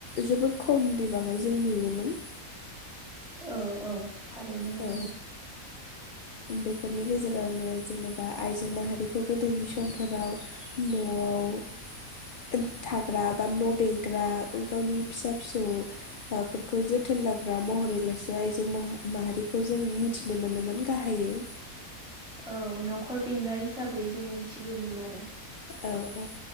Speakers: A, on the left; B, in the centre.
A: जोबोद खम बिबाङै जों नुयोमोन।
B: औ औ। थारैनो नंगौ
A: औ। बेफोरनि गेजेरावनो जेनेबा आइजो माहारिखौ गोदोनि समफोराव न'आव <unintelligible> थाग्रा बा न' बेंग्रा गावनि फिसा फिसौ हौवाफोरखौ जोथोन लाग्रा महरैल'सो आइजो मह माहारि खौ जों मिथिनो मोनोमोन गाहायै।
B: औ नखर बेंनाय हिसाबै जों मिथिबोयोमोन आरो।
A: औ औ।